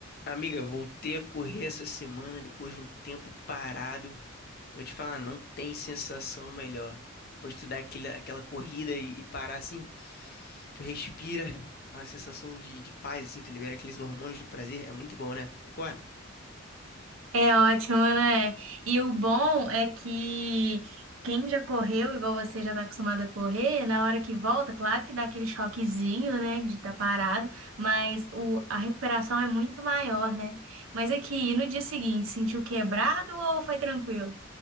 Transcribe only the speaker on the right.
É ótimo, né? E o bom é que quem já correu, igual você já tá acostumado a correr, na hora que volta, claro que dá aquele choquezinho, né, de estar parado, mas o, a recuperação é muito maior, né? Mas aqui, no dia seguinte, sentiu quebrado ou foi tranquilo?